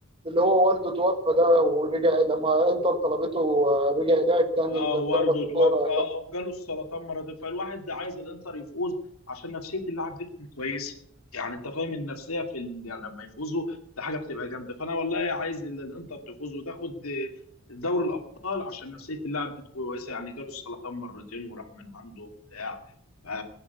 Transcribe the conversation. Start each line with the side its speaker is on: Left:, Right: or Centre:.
Right: اللي هو والده توفى ده ورجع لما انتر طلبته آه، رجع لعب تاني
Left: اه
Right: وجاب
Left: وارده
Right: لهم الكوره
Left: توفى وجاله السرطان مرتين فالواحد ده عايز الانتر يفوز عشان نفسيه اللاعب دي تكون كويسه يعني انت فاهم النفسيه في ال... يعني لما يفوزوا ده حاجه بتبقى جامده فانا والله عايز ال- الانتر تفوز وتاخد دوري الابطال عشان نفسيه اللاعب دي تكون كويسه يعني جاله السرطان مرتين وراح من عنده وبتاع ف...